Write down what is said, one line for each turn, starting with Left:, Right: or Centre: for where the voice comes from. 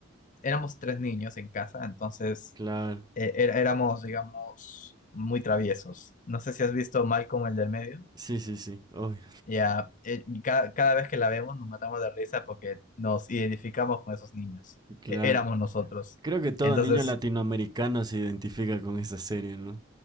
Left: éramos tres niños en casa, entonces
Right: claro.
Left: eh, era- éramos, digamos, muy traviesos. No sé si has visto Malcolm, el del medio.
Right: Sí, sí, sí, obvio.
Left: Ya, eh, cada, cada vez que la vemos nos matamos de risa porque nos identificamos con esos niños.
Right: Claro.
Left: Eh, éramos nosotros.
Right: Creo que todo
Left: Entonces,
Right: niño latinoamericano se identifica con esa serie, ¿no?